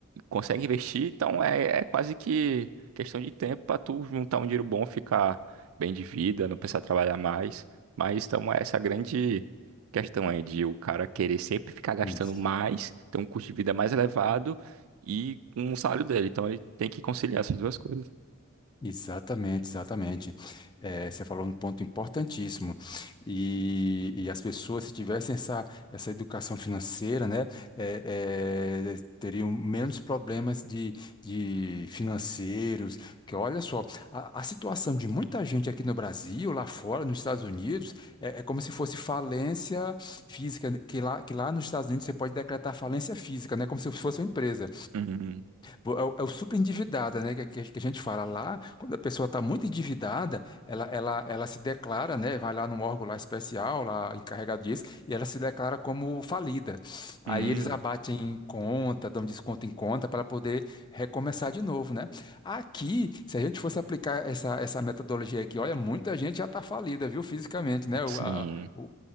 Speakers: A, on the right; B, on the left.
A: consegue investir, então é, é quase que questão de tempo para tu juntar um dinheiro bom, ficar bem de vida, não precisar trabalhar mais. Mas, então, é essa grande questão aí de o cara querer sempre ficar gastando
B: isso.
A: mais, ter um custo de vida mais elevado e com o salário dele. Então, ele tem que conciliar essas duas coisas.
B: Exatamente, exatamente. Eh, você falou um ponto importantíssimo. E, e as pessoas, se tivessem essa, essa educação financeira, né, eh, eh, teriam menos problemas de, de financeiros. Porque olha só, a, a situação de muita gente aqui no Brasil, lá fora, nos Estados Unidos, é, é como se fosse falência física, né, que lá, que lá nos Estados Unidos você pode decretar falência física, né, como se fosse uma empresa.
A: Uhum.
B: Vo- É o, é o super endividada, né? Que, que a que a gente fala lá, quando a pessoa está muito endividada, ela, ela, ela se declara, né? Vai lá num órgão lá especial, lá encarregado disso, e ela se declara como falida. Aí
A: Uhum.
B: eles abatem em conta, dão desconto em conta para poder recomeçar de novo, né? Aqui, se a gente fosse aplicar essa, essa metodologia aqui, olha, muita gente já está falida, viu, fisicamente, né?
A: Sim.
B: O, a- o,